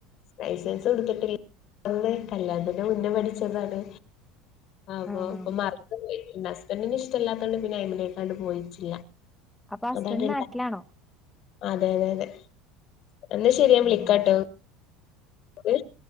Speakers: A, on the left (about 55°); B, in the centre.
A: ലൈസൻസ് കൊടുത്തിട്ട് ഒന്ന് കല്യാണത്തിന്റെ മുന്നേ പഠിച്ചതാണ് ആ
B: ആണോ
A: അപ്പൊ മറന്ന് പോയി പിന്നെ ഹസ്ബന്ഡറിന് ഇഷ്ടമല്ലാത്തണ്ട് പിന്നെ എമ ണ്ട് പോയിട്ടില്ല
B: അപ്പൊ ഹസ്ബൻഡ്
A: അതട്ട്ണ്ട
B: നാട്ടിലാണോ
A: അതെ അതെ അതെ എന്നാ ശരിയാ ഞാ
B: ആണല്ലേ
A: വിളിക്കാട്ടോ മോ